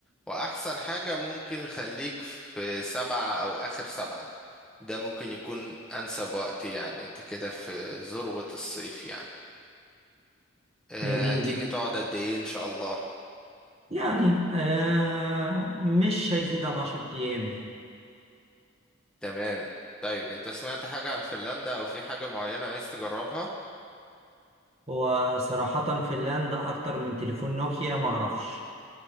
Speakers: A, in the centre; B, on the right.
A: وأحسن حاجة ممكن خليك في سبعة أو آخر سبعة ده ممكن يكون أنسب وقت يعني أنت كده في ذروة الصيف يعني أه
B: جميل
A: هتيجي
B: جدا
A: تقعد قد إيه إن شاء الله
B: يعني آه مش هيزيد عن 10 ايام يعني
A: تمام طيب أنت سمعت حاجة عن فنلندا أو في حاجة معينة عايز تجربها؟
B: هو صراحة فنلندا أكتر من تليفون نوكيا معرفش